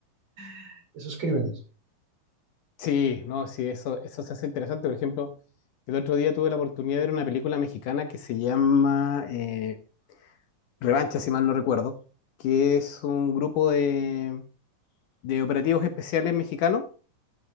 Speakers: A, on the right; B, on the left.
A: <laughs> esos crímenes.
B: Sí, no, sí, eso, eso se hace interesante. Por ejemplo, el otro día tuve la oportunidad de ver una película mexicana que se llama eh, Revancha, si mal no recuerdo, que es un grupo de, de operativos especiales mexicanos